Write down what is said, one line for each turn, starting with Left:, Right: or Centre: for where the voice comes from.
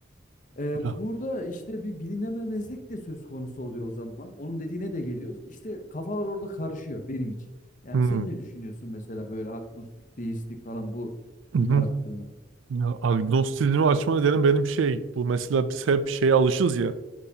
Left: Ee,
Right: Ya
Left: burada işte bir bilinememezlik de söz konusu oluyor o zaman. Onun dediğine de geliyoruz. İşte kafalar orada karışıyor benim için. Yani
Right: hı
Left: sen ne düşünüyorsun mesela böyle agnostik, deistik falan bu
Right: hı
Left: bunlar
Right: hı.
Left: hakkında?
Right: Ya agnostizmi açma nedenim benim şey bu mesela biz hep şeye alışız ya